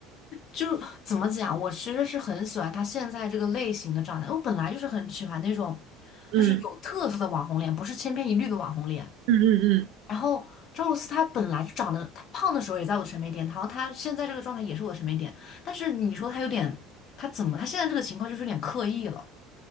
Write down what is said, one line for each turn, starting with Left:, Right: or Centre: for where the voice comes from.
Left: 就怎么讲，我其实是很喜欢她现在这个类型的长相，我本来就是很喜欢那种
Right: 嗯
Left: 就是有特色的网红脸，不是千篇一律的网红脸。
Right: 嗯嗯嗯，
Left: 然后赵露思她本来就长得，她胖的时候也在我的审美点，然后她现在这个状态也是我的审美点，但是你说她有点，她怎么，她现在这个情况就是有点刻意了，